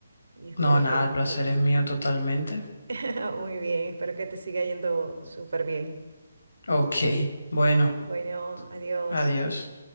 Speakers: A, on the right; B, on the left.
A: y espero
B: No, nada,
A: que,
B: el placer
A: pues,
B: es mío totalmente.
A: <laughs> muy bien, espero que te siga yendo súper bien.
B: Ok. Bueno,
A: Bueno, adiós.
B: adiós.